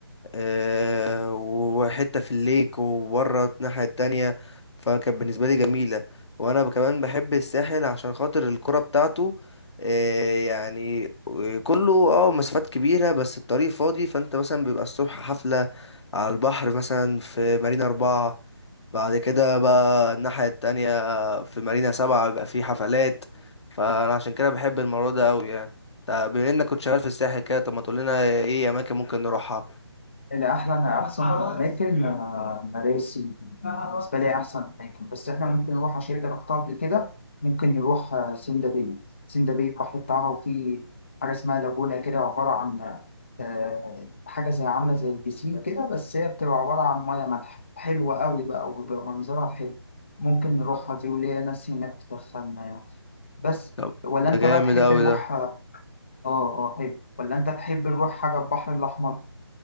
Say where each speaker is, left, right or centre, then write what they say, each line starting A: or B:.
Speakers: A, on the left; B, on the left.
A: أه وحته في الليك وبره الناحيه التانية فكانت بالنسبه لي جميله وانا كمان بحب الساحل عشان خاطر الكرة بتاعته أه يعني آه، كله اه مسافات كبيره بس الطريق فاضي فانت مثلا بيبقى الصبح حفله على البحر مثلا في مارينا أربعة بعد كده بقى الناحية التانية في مارينا سبعة بيبقى في حفلات فأنا عشان كده بحب الموضوع ده أوي يعني طب بما إنك كنت شغال في الساحل كده طب ما تقولنا إيه أماكن ممكن نروحها
B: اللي أحلى انا أحسن أماكن آه، مراسي بالنسبة لي أحسن أماكن بس إحنا ممكن نروح عشان أنت رحتها قبل كده ممكن نروح آه، سندا باي سندا باي البحر بتاعها وفي حاجة اسمها لاجونا كده عبارة عن آه، حاجة زي عاملة زي البسين كده بس هي بتبقى عبارة عن مياه مالحة حلوة أوي بقى وبيبقى منظرها حلو ممكن نروحها دي وليا ناس هناك تدخلنا يعني. بس
A: طب
B: ولا
A: ده
B: انت
A: جامد
B: بقى تحب
A: أوي
B: نروح
A: ده
B: اه اه حلو ولا انت تحب نروح حاجة البحر الأحمر